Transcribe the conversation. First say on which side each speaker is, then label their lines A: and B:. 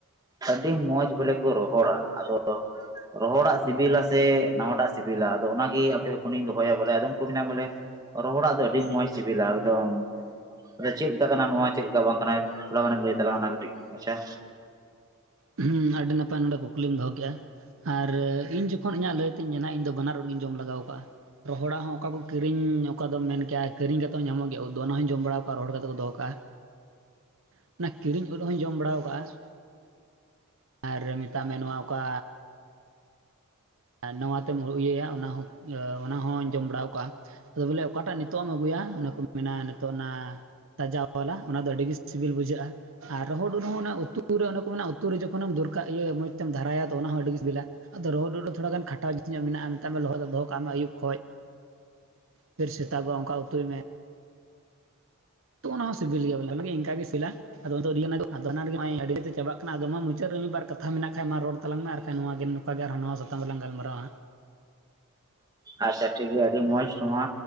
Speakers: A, on the right (about 15°); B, on the right (about 60°).
A: ᱟᱹᱰᱤ ᱢᱚᱸᱡᱽ ᱵᱚᱞᱮ ᱠᱚ ᱨᱚᱦᱚᱲᱟ, ᱟᱫᱚ ᱫᱚ ᱨᱚᱦᱚᱲᱟᱜ ᱥᱤᱵᱤᱞᱟ ᱥᱮ ᱱᱟᱣᱟᱴᱟᱜ ᱥᱤᱵᱤᱞᱟ ᱟᱫᱚ ᱚᱱᱟ ᱜᱮ ᱟᱢ ᱴᱷᱮᱱ ᱠᱷᱚᱱᱤᱧ ᱫᱚᱦᱚᱭᱟ ᱵᱚᱞᱮ ᱟᱫᱚᱢ ᱠᱚ ᱢᱮᱱᱟ ᱵᱚᱞᱮ ᱨᱚᱦᱚᱲᱟᱜ ᱫᱚ ᱟᱹᱰᱤ ᱢᱚᱸᱡᱽ ᱡᱤᱵᱤᱞᱟ ᱟᱲᱫᱚᱢ, ᱟᱫᱚ ᱪᱮᱫ ᱞᱮᱠᱟ ᱠᱟᱱᱟ ᱱᱚᱣᱟ ᱞᱮᱠᱟ ᱵᱟᱝ ᱠᱟᱱᱟᱭᱟ ᱛᱷᱚᱲᱟ ᱜᱟᱱᱮᱢ ᱞᱟᱹᱭ ᱛᱟᱞᱟᱝᱼᱟ? ᱚᱱᱟ ᱠᱟᱹᱴᱤᱡ ᱢᱟᱪᱷᱟ
B: ᱦᱩᱸ, ᱟᱹᱰᱤ ᱱᱟᱯᱟᱭ ᱱᱚᱰᱮ ᱠᱩᱠᱞᱤᱢ ᱫᱚᱦᱚ ᱠᱮᱜᱼᱟ ᱾ ᱟᱨ ᱤᱧ ᱡᱚᱠᱷᱚᱱ ᱤᱧᱟᱹᱜ ᱞᱟᱹᱭᱛᱤᱧ ᱢᱮᱱᱟ ᱤᱧ ᱫᱚ ᱵᱟᱱᱟᱨ ᱳᱫ ᱜᱤᱧ ᱡᱚᱢ ᱞᱟᱜᱟᱣ ᱟᱠᱟᱜᱼᱟ ᱾ ᱨᱚᱦᱚᱲᱟᱜ ᱦᱚᱸ ᱚᱠᱟ ᱠᱚ ᱠᱤᱨᱤᱧ, ᱚᱠᱟ ᱫᱚᱢ ᱢᱮᱱ ᱠᱮᱭᱟ ᱠᱤᱨᱤᱧ ᱠᱟᱛᱮᱫ ᱧᱟᱢᱚᱜ ᱜᱮᱭᱟ ᱫᱚ, ᱚᱱᱟ ᱦᱚᱸᱧ ᱡᱚᱢ ᱵᱟᱲᱟ ᱠᱟᱜᱼᱟ ᱨᱚᱦᱚᱲ ᱠᱟᱛᱮ ᱠᱚ ᱫᱚ ᱦᱚ ᱠᱟᱜᱼᱟ ᱾ ᱚᱱᱟ ᱠᱤᱨᱤᱧ ᱳᱫ ᱦᱚᱸᱧ ᱡᱚᱢ ᱵᱟᱲᱟᱣ ᱟᱠᱟᱜᱼᱟ ᱾ ᱟᱨ ᱢᱮᱛᱟᱜ ᱢᱮ ᱱᱚᱣᱟ ᱚᱠᱟ, ᱟᱨ ᱱᱟᱣᱟ ᱛᱮᱢ ᱤᱭᱟᱹᱭᱟ ᱚᱱᱟ ᱦᱚᱸ ᱚᱱᱟ ᱦᱚᱸᱧ ᱡᱚᱢ ᱵᱟᱲᱟᱣ ᱟᱠᱟᱜᱼᱟ, ᱟᱫᱚ ᱵᱚᱞᱮ ᱚᱠᱟᱴᱟᱜ ᱱᱤᱛᱳᱜ ᱮᱢ ᱟᱹᱜᱩᱭᱟ ᱚᱱᱟ ᱠᱚ ᱢᱮᱱᱟ ᱱᱤᱛᱳᱜ ᱚᱱᱟ ᱛᱟᱡᱟ ᱟᱣᱟᱞᱟ ᱚᱱᱟ ᱫᱚ ᱟᱹᱰᱤ ᱜᱮ ᱥᱤᱵᱤᱞ ᱵᱩᱡᱷᱟᱹᱜᱼᱟ ᱾ ᱟᱨ ᱨᱚᱦᱚᱲ ᱳᱫ ᱦᱚᱸ ᱚᱱᱟ ᱩᱛᱩ ᱨᱮ ᱚᱱᱮ ᱠᱚ ᱢᱮᱱᱟᱜᱼᱟ ᱩᱛᱩ ᱨᱮ ᱡᱚᱠᱷᱚᱱ ᱮᱢ ᱫᱚᱨᱠᱟᱜ ᱤᱭᱟᱹ ᱢᱚᱡᱽ ᱛᱮᱢ ᱫᱷᱟᱨᱟᱭᱟ ᱛᱚ ᱚᱱᱟ ᱦᱚᱸ ᱟᱹᱰᱤ ᱜᱮ ᱥᱤᱵᱤᱞᱟ ᱾ ᱟᱫᱚ ᱨᱚᱦᱚᱫ ᱩᱫ ᱨᱮ ᱫᱚ ᱛᱷᱚᱲᱟ ᱜᱟᱱ ᱠᱷᱟᱴᱟᱣ ᱡᱩᱛᱧᱚᱜ ᱢᱮᱱᱟᱜᱼᱟ, ᱢᱮᱛᱟᱜ ᱢᱮ ᱞᱚᱦᱚᱫ ᱩᱫ ᱫᱚ ᱦᱚ ᱠᱟᱜ ᱢᱮ ᱟᱹᱭᱩᱵ ᱠᱷᱚᱡ ᱾ ᱯᱷᱮᱨ ᱥᱮᱛᱟᱜᱼᱟ ᱚᱝᱠᱟ ᱩᱛᱩᱭ ᱢᱮ, ᱛᱚ ᱚᱱᱟ ᱦᱚᱸ ᱥᱤᱵᱤᱞ ᱜᱮᱭᱟ ᱵᱚᱞᱮ ᱤᱝᱠᱟᱹ ᱜᱮ ᱥᱤᱵᱤᱞᱟ ᱟᱫᱚ <inaudible> ᱪᱟᱵᱟᱜ ᱠᱟᱱᱟ ᱟᱫᱚ ᱢᱟ ᱢᱩᱪᱟᱹᱫ ᱨᱮ ᱢᱤᱫ ᱵᱟᱨ ᱠᱟᱛᱷᱟ ᱢᱮᱱᱟᱜ ᱠᱷᱟᱱᱡ ᱢᱟ ᱨᱚᱲ ᱛᱟᱞᱟᱝ ᱢᱮ ᱟᱨ ᱠᱷᱟᱱ ᱜᱮ ᱱᱚᱝᱠᱟ ᱜᱮ ᱟᱨ ᱦᱚᱸ ᱱᱟᱣᱟ ᱥᱟᱛᱟᱢ ᱨᱮᱞᱟᱝ ᱜᱟᱞᱢᱟᱨᱟ ᱦᱟᱸᱜ ᱾
A: ᱟᱪᱪᱷᱟ ᱴᱷᱤᱠ ᱜᱮᱭᱟ, ᱟᱹᱰᱤ ᱢᱚᱸᱡᱽ ᱱᱚᱣᱟ,